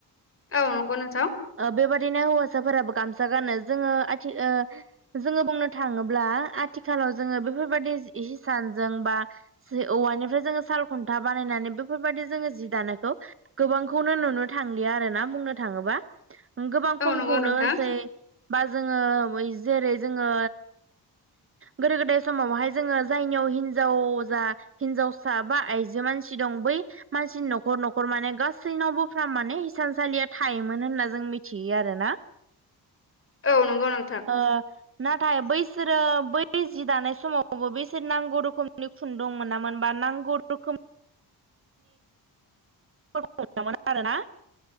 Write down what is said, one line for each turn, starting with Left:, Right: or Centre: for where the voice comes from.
Left: औ नंगौ नोंथां
Right: बेबादिनो हौवासाफोराबो गामसा गानो जोङो आथिखाल जोङो बुंनो थाङोब्ला आथिखालाव जोङो बेफोरबायदि हिसानजों बा ज औवानिफ्राय जोङो साल खुन्था बानायनानै बेफोरबायदि जोङो जि दानोखौ गोबांखौनो नुनो थांलिया आरोना बुंनो थाङोबा गोबां
Left: औ
Right: खमखौनो
Left: नंगौ नोंथां
Right: होनसै बा जोङो बै जेरै जोङो गोदो गोदाय समावहाय जोङो जायनियाव हिनजाव जा हिनजावसा बा आइजो मानसि दं बै मानसिनि न'खर न'खर माने गाव गासैनावबो फ्रा माने हिसानसालिया थायोमोन होनना जों मिथियो आरोना
Left: औ नंगौ नोंथां
Right: ओ नाथाय बैसोरो बै बे जि दानाय समावबो बेसोर नांगौ रोखोमनि खुुन्दुं दंमोन नामोन बा नांगौ रोखोम मोना आरो ना।